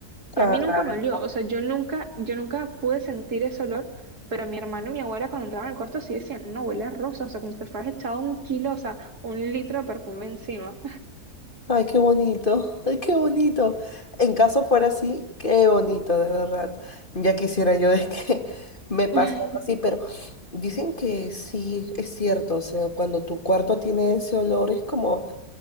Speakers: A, on the right; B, on the left.
A: que
B: Ah,
A: a mí nunca me olió. O sea, yo nunca, yo nunca pude sentir ese olor, pero mi hermano y mi abuela cuando entraban al cuarto sí decían, no, huele a rosa. O sea, como si te fueras echado un kilo, o sea, un litro de perfume encima.
B: Ay, qué bonito, <laughs> ay, qué bonito. En caso fuera así, qué bonito, de verdad. Ya quisiera yo de que <laughs> me pase
A: <laughs>
B: algo así, pero dicen que sí, es cierto. O sea, cuando tu cuarto tiene ese olor, es como